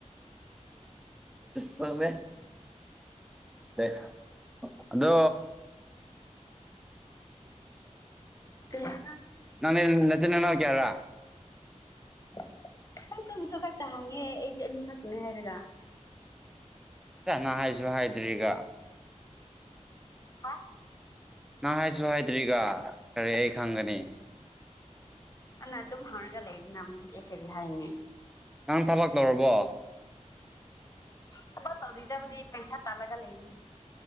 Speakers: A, in the centre; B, on the left (about 25°).
A: ꯐꯃꯦ <unintelligible> <unintelligible> ꯑꯗꯣ
B: ꯀꯩ ꯍꯥꯏꯕ
A: ꯅꯪꯅꯦ ꯅꯆꯤꯟ ꯅꯅꯥꯎ ꯀꯌꯥ꯭ꯔꯥ
B: <unintelligible> ꯑꯩꯗꯤ ꯑꯅꯤ ꯊꯛꯇꯣꯏꯅꯦ ꯍꯥꯏꯔꯒ
A: <unintelligible> ꯍꯥꯏꯁꯨ ꯍꯥꯏꯗ꯭ꯔꯤꯒ
B: ꯍꯥ
A: ꯅꯪ ꯍꯥꯏꯁꯨ ꯍꯥꯏꯗ꯭ꯔꯤꯒ ꯀꯔꯤ ꯑꯩ ꯈꯪꯒꯅꯤ
B: ꯑꯅ ꯑꯗꯨꯝ ꯍꯥꯡꯔꯒ ꯂꯩ ꯅ ꯑꯩ ꯀꯔꯤ ꯍꯥꯏꯅꯤ
A: ꯅꯪ ꯊꯕꯛ ꯇꯧꯔꯕꯣ
B: ꯊꯕꯛ ꯇꯧꯗ꯭ꯔꯤꯗ ꯑꯩꯈꯣꯢꯗꯤ ꯄꯩꯁꯥ ꯇꯥꯜꯂꯒ ꯂꯩꯔꯤ